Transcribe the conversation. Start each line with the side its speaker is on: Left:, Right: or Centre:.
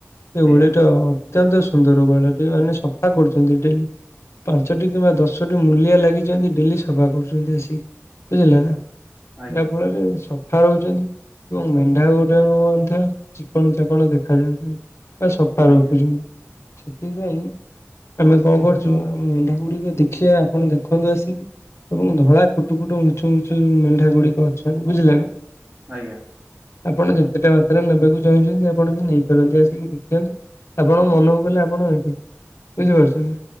Left: ସେ
Right: ଆଜ୍ଞା
Left: ଗୁହାଳିଟା ଅ ତ୍ୟନ୍ତ ସୁନ୍ଦର ଗୁହାଳଟି ମାନେ ସଫା କରୁଛନ୍ତି ଡେଲି ପାଞ୍ଚଟି କିମ୍ବା ଦଶଟି ମୂଲିଆ ଲାଗି ଚନ୍ତି ଡେଲି ସଫା କରୁଛନ୍ତି ଆସିକି ବୁଝିଲେ ନା
Right: ଆଜ୍ଞା
Left: ଯା ଫଳରେ ସ ଫା ରହୁଛନ୍ତି ଏବଂ ମେଣ୍ଢାଗୁରାକ ମଧ୍ୟ ଚିକ୍କଣ ଚାକ୍କଣ ଦେଖାଯାଉଛନ୍ତି। ଆ ସଫା
Right: ଆଜ୍ଞା
Left: ରଖୁଛନ୍ତି। ସେଥିପାଇଁ ଆମେ କଁ କରୁଚୁ ଆମେ ମେଣ୍ଢାଗୁଡିକ ଦେଖିଆ ଆପଣ ଦେଖ ଖନ୍ତୁ ଆସିକି ଏବଂ ଧଳା କୁଟୁ କୁଟୁ ମୁଚୁ ମୂଚୁ ଉଁ ମେଣ୍ଢାଗୁଡିକ ଅଛନ୍ତି ବୁଝିଲେ ନା।
Right: ଆଜ୍ଞା।
Left: ଆପଣ ଯେତେଟା ମାତ୍ରାରେ ନେବାକୁ ଚାହୁଁଛନ୍ତି ଆପଣ ବି ନେଇପାରନ୍ତି ଆସିକି ଦେଖିଆନ୍ତୁ। ଆପଣ ମନକୁ ଗଲେ ଆପଣ ହେଇପିଙ୍ଗ ବୁଝିପାରୁଛନ୍ତି?